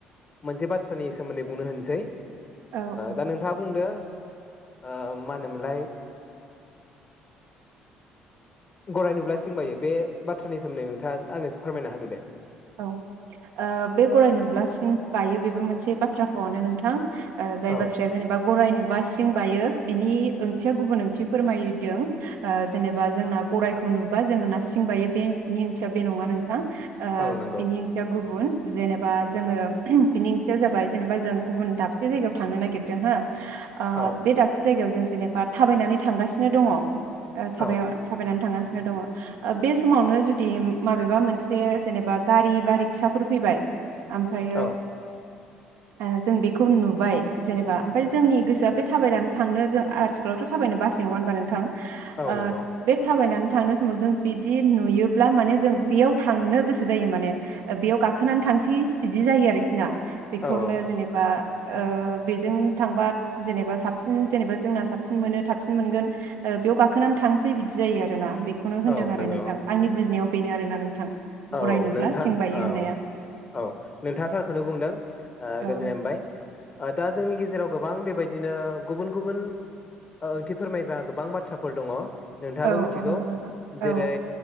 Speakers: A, on the left (about 35°); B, on the right (about 75°).
A: मोनसे बाथ्रानि सोमोन्दै बुंनो होनसै
B: औ औ
A: दा नोंथाङा बुंदो ओ मा होनोमोनलाय? गराय नुब्ला सिं बायो बे बाथ्रानि सोमोन्दै नोंथाङा आंनोसो फोरमायना होदो दे
B: औ ओ बे गराय नुब्ला सिं बायो बेबो मोनसे से बाथ्राखौनो नोंथां ओ जाय
A: औ
B: बाथ्राया जेनेबा गराइ नुबा सिं बायो बिनि ओंथिया गुबुन ओंथि फोरमायदों आ जेनेबा जोंना गराइखौ नुबा जोङोना सिं बायो बेनि ओंथिया बे नङा नों थां ओ
A: औ नंगौ
B: बिनि ओंथिया गुबुन जेनेबा जोङो बेनि ओंथिया जाबाय जेनेबा जों गुबुन दाबसे जायगायाव थांनो नागिरदों हो ओ
A: औ
B: बे दाबसे जायगायाव जों जेनेबा थाबायनानै थांगासिनो दङ ओ थाब
A: औ
B: थाबायनानै थाङासिनो दङ बे समावनो जुदि माबेबा मोनसे जेनेबा गारि बारि फिसाफोर फैबाय आमफ्रायो
A: औ
B: आरो जों बेखौ नुबाय जेनेबा ओमफ्राय जोंनि गोसोआ बे थाबायनानै थांनो जों आथिखालावथ थाबायनो बासाय नङा होनबा नोंथां?
A: औ
B: ओ
A: नंगौ
B: बे थाबायनानै थांनाय समाव जों बिदि नुयोब्ला माने जों बेयाव थांनो गोसो जायो माने बेयाव गाखोनानै थांसै बिदि जायो आरोखि ना बेखौनो
A: औ औ
B: जेनेबा ओ बेजों थांबा जेनेबा साबसिन जेनेबा जोंना साबसिन मोनो थाबसिन मोनगोन ओ बेयाव गाखोनानै थांसै बिदि जायो आरोना खौनो होनदों
A: औ
B: आरो
A: नंगौ
B: नोंथां आंनि बुजिनायाव बेनो आरोना नोंथां
A: औ
B: गराय
A: औ
B: नुब्ला
A: नोंथाङ
B: सिं बायो
A: औ
B: होननाया
A: औ नोंथाङा थारखौनो बुंदों गोजोननाय
B: औ
A: मोनबाय दा जोंनि गेजेराव गोबां बेबायदिनो गुबुन गुबुन ओंथि फोरमायग्रा गोबां बाथ्राफोर दङ नोंथाङाबो
B: औ
A: मिथिगौ
B: औ नंगौ नोंथां औ
A: जेरै